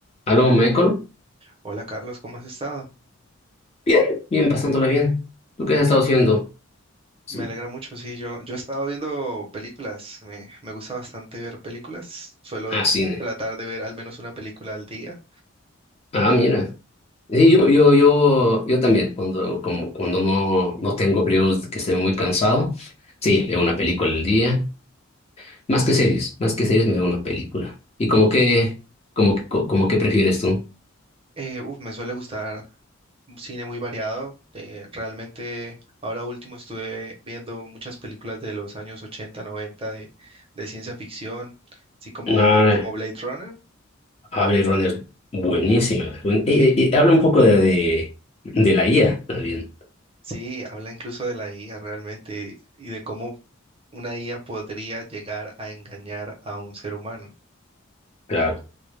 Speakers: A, on the left; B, on the right.
A: Aló, Michael.
B: Hola Carlos, ¿cómo has estado?
A: Bien, bien, pasándola bien. ¿Tú qué
B: Ah,
A: has estado
B: qué bu-
A: haciendo? Sí.
B: me alegra mucho, sí, yo, yo he estado viendo películas, me, me gusta bastante ver películas, suelo
A: Ah, cine.
B: tratar de ver al menos una película al día.
A: Ah, mira. Sí, yo, yo, yo, yo también, cuando, como, cuando no, no tengo periodos que esté muy cansado, sí, veo una película al día. Más que series, más que series me veo una película. ¿Y como que, como, co- como que prefieres tú?
B: Eh, uf, me suele gustar un cine muy variado, eh, realmente ahora último estuve viendo muchas películas de los años 80, 90 de, de ciencia ficción, así como,
A: Ah,
B: como Blade Runner,
A: Blade Runner, buenísima. Buen- Y, y- y habla un poco de, de, de la IA también.
B: sí, habla incluso de la IA realmente y de cómo una IA podría llegar a engañar a un ser humano.
A: Claro.